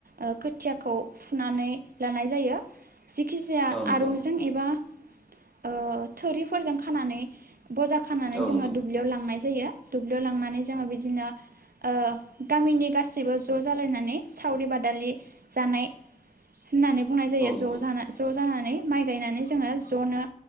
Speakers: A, on the right; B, in the centre.
A: ओ खोथ थियाखौ फुनानै लानाय जायो। जेखि जाया
B: औ नंगौ
A: आरंजों एबा ओ थुरिफोरजों खानानै बजा खानानै
B: औ
A: जोङो
B: नंगौ
A: दुब्लियाव लांनाय जायो दुब्लियाव लांनानै जोङो बिदिनो ओ गामिनि गाैसिबो ज जालायनानै सावरि बादालि जानाय। होननानै बुंनाय जायो
B: औ
A: ज
B: नंगौ
A: जाना ज जानानै माइ गायनानै जोङो जनो